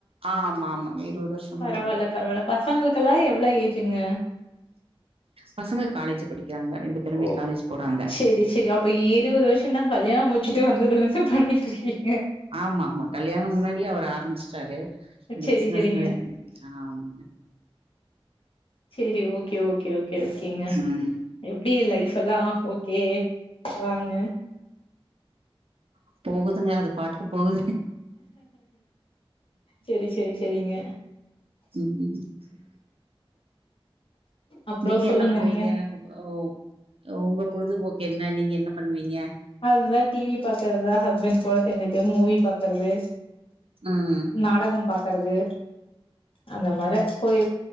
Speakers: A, on the right (about 75°); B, on the left (about 70°).
A: ஆ ஆமா ஆமா இருவது வருஷமா
B: பரவால்ல
A: பண்றோ
B: பரவால்ல பசங்களுக்கெல்லா எவ்ளோ ஏஜுங்க
A: பசங்க காலேஜ் படிக்கிறாங்க ரெண்டு பேருமே
B: ஓ
A: காலேஜ் போறாங்க
B: செரி செரி அப்ப இருவது வருஷமீனா கல்யண முடிச்சிட்டு வந்ததுல இருந்து பண்ணிட்ருக்கிங்
A: ஆமா ஆமா கல்யாண முன்னாடியே அவர் ஆரம்பிச்சிட்டாரு இந்த
B: செரி
A: பிசுனஸ்லேனு
B: செரிங்க.
A: ஆமாங்க
B: சேரி ஓகே ஓகே ஓகே ஓகேங்க
A: ம்
B: எப் டி லைஃப் எல்லா ஓகே வாங்க
A: போகுதுங்க அது பாட்டுக்கு போகுது
B: சரி சரி சரிங்க
A: ம்
B: அப்றோ
A: நீங்க
B: சொல்லுங்க
A: என்ன பண்ணுவீங்க
B: நீங்க.
A: உ உங்க பொழுதுபோக்கு என்ன நீங்க என்ன பண்ணுவீங்க
B: நல்லா டிவி பாக்குறது ஹஸ்பண்ட் கூட சேர்ந்துட்டு மூவி பாக்குறது
A: ம்
B: நாடக பாக்குறது அந்த மாரி போயி